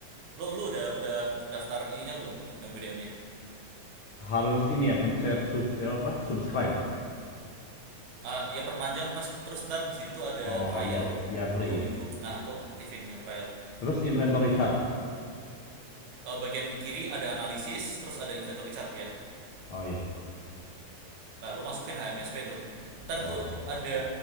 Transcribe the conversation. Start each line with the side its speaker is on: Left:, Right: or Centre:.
Right: lu lu udah udah daftar ininya belum BDM-nya
Left: harus ini ya pencet subs ya apa subscribe
Right: ah ya perpanjang terus terus ntar di situ ada
Left: oh
Right: trial
Left: ya ya free
Right: dua minggu
Left: ya
Right: nah lu aktifin yang trial
Left: terus inventory chart
Right: Eh, bagian kiri ada analisis terus ada inventory chart ya
Left: oh ya
Right: Nah, lu masukin HMSP tuh. Ntar
Left: oh
Right: tuh ada